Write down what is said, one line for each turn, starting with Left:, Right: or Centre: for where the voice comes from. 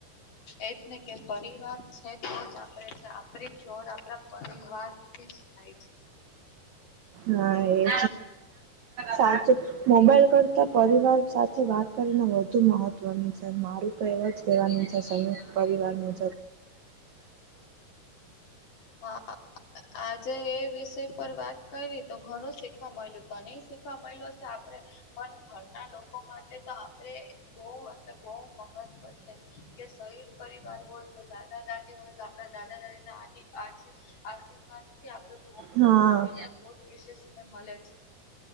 Left: એ જ ને કે પરિવાર છે તો જ આપણે આપણી જોર આપણા પરિવારથી. થઈ છે.
Right: હા એજ સાચુ મોબાઈલ કરતા પરિવાર સાથે વાત કરીને વધુ મહત્વની છે. મારું તો એવ જ કહેવાનું છે સંયુક્ત પરિવારનું.
Left: હા. આજે એ વિષય પર વાત કરી તો ઘણું શીખવા મળલ્યું તો નહી શીખવા મળ્યું હશે આપડે. પણ ઘરના લોકો માટે તો આપડે બોહ એ બોહ મહત્વ છે. કે સંયુક્ત પરિવાર હોય તો દાદા દાદી હોય તો આપડા દાદા દાદી ના આદ. આ આશીર્વાદ થી આપડે.
Right: હા.
Left: બો વિશેષ મળે છે.